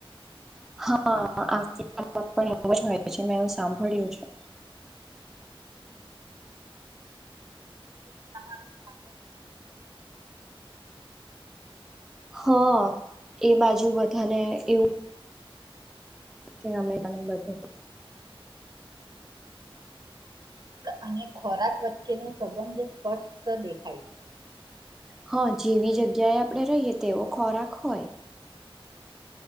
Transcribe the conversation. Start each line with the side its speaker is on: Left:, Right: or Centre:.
Centre: હા આ <unintelligible> મે એવું સાંભળ્યું છે.
Right: <unintelligible>
Centre: હા એ બાજુ બધાને એવું <unintelligible> અમેરિકાને બધે તો
Right: અને ખોરાક વચ્ચે નો સંબંધ સ્પષ્ટ દેખાય
Centre: હા જેવી જગ્યાએ આપણે રહીએ તેવો ખોરાક હોય.